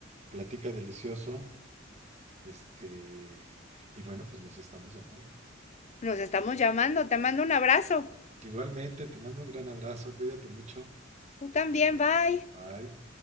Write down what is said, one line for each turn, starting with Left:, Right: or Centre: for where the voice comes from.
Right: platica delicioso, este, y bueno, pues nos estamos llamando.
Left: Nos estamos llamando. Te mando un abrazo.
Right: Igualmente, te mando un gran abrazo, cuídate mucho.
Left: Tú también, bye.
Right: Bye.